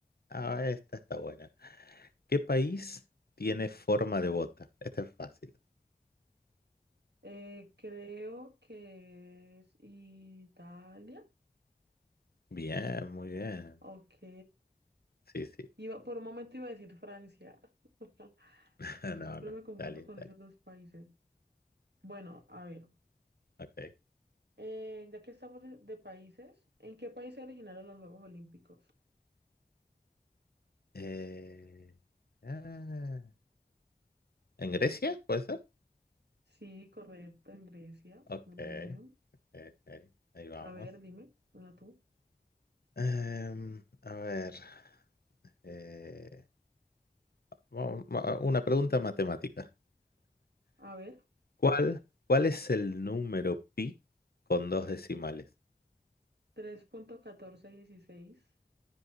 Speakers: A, on the left; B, on the right.
A: ah, esta está buena. ¿Qué país tiene forma de bota? Esta es fácil.
B: Eh, creo que es Italia.
A: Bien, muy bien.
B: Ok.
A: Sí, sí.
B: Iba, por un momento iba a decir Francia. <laughs>
A: <laughs> No,
B: Siempre
A: no,
B: me confundo
A: Italia,
B: con
A: Italia.
B: esos dos países. Bueno, a ver.
A: Ok.
B: Eh, ya que estamos de, de países, ¿en qué país se originaron los Juegos Olímpicos?
A: Eh, ah, ¿en Grecia? ¿Puede ser?
B: Sí, correcto, en Grecia.
A: Ok,
B: Muy bien.
A: ok, ok. Ahí vamos.
B: A ver, dime, una tú.
A: Em, a ver, eh, vamos- ma- ah, una pregunta matemática.
B: A ver,
A: ¿Cuál, cuál es el número pi con dos decimales?
B: tres punto catorce dieciséis.